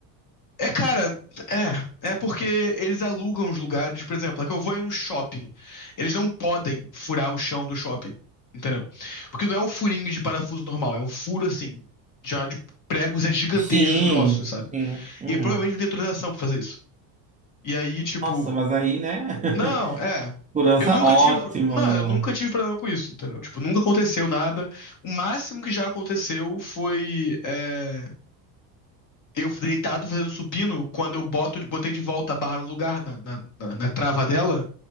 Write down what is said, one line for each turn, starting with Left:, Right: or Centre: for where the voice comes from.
Left: É, cara, é. É porque eles alugam os lugares, por exemplo, é que eu vou em um shopping. Eles não podem furar o chão do shopping, entendeu? Porque não é um furinho de parafuso normal, é um furo assim, já de pregos é gigantescos,
Right: Sim,
Left: grossos, sabe?
Right: sim. Uhum.
Left: E é, provavelmente não tem autorização pra fazer isso. E aí, tipo,
Right: Nossa, mas aí, né? <laughs>
Left: não, é.
Right: Segurança
Left: Eu nunca
Right: ótima.
Left: tive, não, eu nunca tive problema com isso, entendeu? Tipo, nunca aconteceu nada. O máximo que já aconteceu foi, é, eu deitado fazendo supino, quando eu boto, botei de volta a barra no lugar, na, na, na- na trava dela,